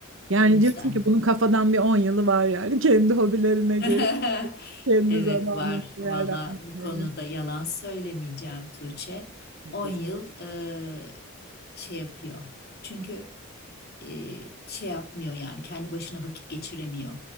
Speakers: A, on the right; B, on the left.
A: Yani
B: O yüzden
A: diyorsun ki bunun kafadan bir 10 yılı var yani <laughs> kendi hobilerine
B: <laughs>
A: geri Kendi
B: Evet
A: zamanını
B: var.
A: değerlendirmenin
B: Valla bu konuda yalan söylemeyeceğim Tuğçe.
A: haklısın.
B: on yıl e, şey yapıyor. Çünkü e, şey yapmıyor yani kendi başına vakit geçiremiyor.